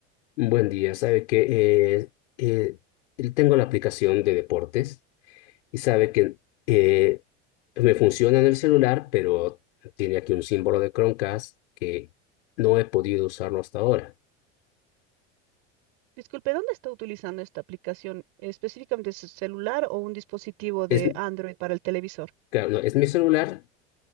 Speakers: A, on the left (about 75°); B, on the right (about 65°).
A: buen día. Sabe que eh, eh, tengo la aplicación de deportes y sabe que eh, me funciona en el celular, pero tiene aquí un símbolo de Chromecast que no he podido usarlo hasta ahora.
B: Disculpe, ¿dónde está utilizando esta aplicación? ¿Específicamente su celular o un dispositivo
A: Es,
B: de Android para el televisor?
A: Claro, no, es mi celular